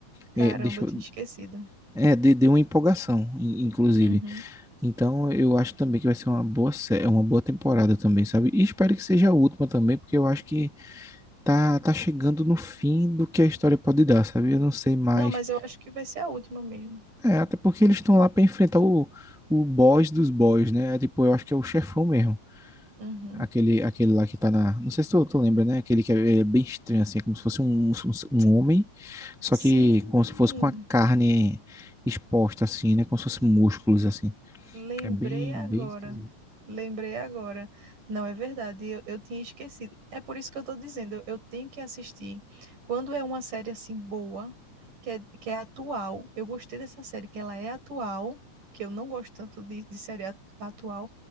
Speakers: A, on the right; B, in the centre.
A: Caramba,
B: é, deixa
A: eu tinha
B: eu-
A: esquecido.
B: é, de- deu uma empolgação, in- inclusive.
A: Uhum.
B: Então, eu acho também que vai ser uma boa, sé- é uma boa temporada também, sabe? E espero que seja a última também, porque eu acho que tá, tá chegando no fim do que a história pode dar, sabe? Eu não sei mais.
A: Não, mas eu acho que vai ser a última mesmo.
B: É, até porque eles estão lá para enfrentar o, o boss dos boss, né? É, tipo, eu acho que é o chefão mesmo.
A: Uhum.
B: Aquele, aquele lá que tá na. Não sei se tu, tu lembra, né? Aquele que é, é bem estranho, assim, é como se fosse um, um, um homem, só
A: Sim.
B: que como se fosse com a carne exposta, assim, né? Como se fosse músculos, assim.
A: Lembrei
B: É bem,
A: agora.
B: bem esquisito.
A: Lembrei agora. Não é verdade, eu, eu tinha esquecido. É por isso que eu estou dizendo, eu, eu tenho que assistir. Quando é uma série assim boa, que é, que é atual, eu gostei dessa série, que ela é atual, que eu não gosto tanto de, de série at- atual,